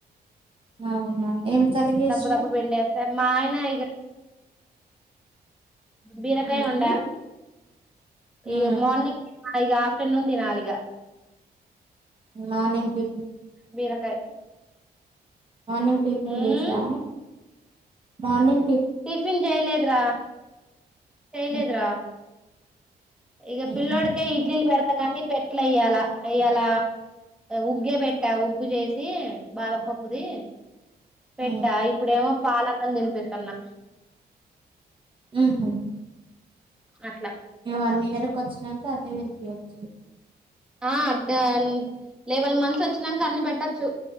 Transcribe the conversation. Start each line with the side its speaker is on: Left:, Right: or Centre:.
Right: అవునా ఏం కర్రీ చేసినవ్
Centre: దబ్బ దబ్బ పిండేస్తారు మా ఆయనా ఇగ బీరకాయ
Right: ఉమ్
Centre: వండా
Right: ఉమ్
Centre: ఇగ మార్నింగ్ ఇగ ఆఫ్టర్నూన్ తినాలిగా
Right: మార్నింగ్ కి
Centre: బీరకాయ్
Right: మార్నింగ్ టిఫిన్
Centre: ఉమ్
Right: చేసా మార్నింగ్
Centre: టిఫిన్ చేయలేదు రా చేయలేదురా
Right: ఉమ్
Centre: ఇగ
Right: ఉమ్
Centre: పిల్లోడికే ఇడ్లీలు పెడతా కాని పెట్ల ఈయ్యాల ఇయ్యాల ఉగ్గే పెట్ట ఉగ్గు చేసి బాదం పప్పు ది పెట్ట
Right: ఉమ్
Centre: ఇప్పుడేమో పాల అన్నం తినిపితున్న
Right: ఉహు
Centre: అట్లా
Right: ఇవన్నీ వరకు వచ్చినంక అన్ని <unintelligible>
Centre: ఆ టెన్ లెవెల్ మంత్స్ వచ్చినాక అన్ని పెట్టొచ్చు